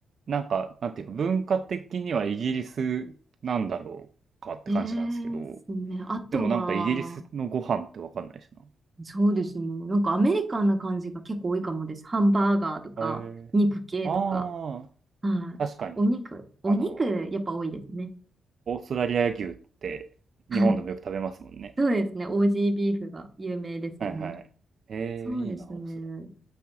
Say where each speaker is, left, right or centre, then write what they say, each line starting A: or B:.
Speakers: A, on the right; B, on the right.
A: なんか、なんていうか、文化的にはイギリスなんだろうかって感じなんですけど。
B: ええですね。あとは、
A: でもなんかイギリスのご飯ってわかんないしな。
B: そうですね。なんかアメリカンな感じが結構多いかもです。ハンバーガーとか、
A: へえ。
B: 肉系とか。
A: ああ、
B: はい。
A: 確かに。
B: お肉、お肉、
A: あの、
B: やっぱ多いですね。
A: オーストラリア牛って日本でもよく食べますもんね。
B: はい。そうですね。オージービーフが有名ですよね。
A: はいはい。ええ、
B: そうですね。
A: いいな、オーストラ